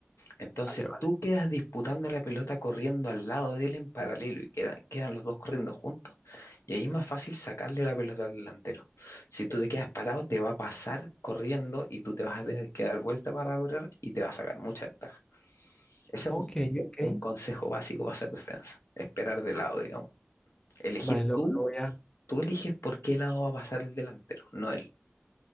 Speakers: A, on the left (about 85°); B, on the left (about 15°).
A: Entonces
B: Vale, vale.
A: tú quedas disputando la pelota corriendo al lado de él en paralelo y quedan quedan los dos corriendo juntos y ahí es más fácil sacarle la pelota al delantero. Si tú te quedas parado, te va a pasar corriendo y tú te vas a tener que dar vuelta para correr y te va a sacar mucha ventaja. Ese
B: Ok,
A: es
B: ok.
A: un, un consejo básico para hacer defensa, esperar de lado, digamos. Elegir
B: Vale, lo
A: tú
B: lo voy a
A: Tú eliges por qué lado va a pasar el delantero, no él.